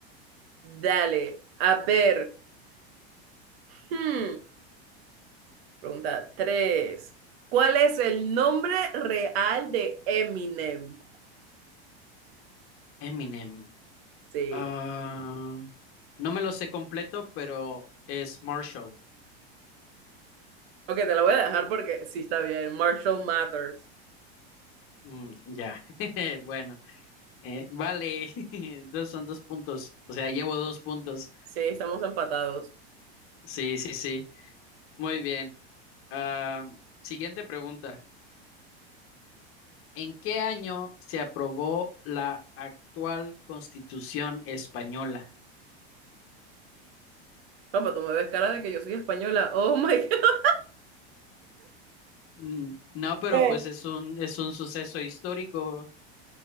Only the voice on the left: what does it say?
Eminem.
Ah, No me lo sé completo, pero es Marshall.
Mm, ya, <laughs> bueno, eh, vale, <laughs> entonces son dos puntos, o sea, llevo dos puntos.
Sí, sí, sí, muy bien. Ah, siguiente pregunta. ¿En qué año se aprobó la actual Constitución española?
Mm, no, pero
pues es un, es un suceso histórico.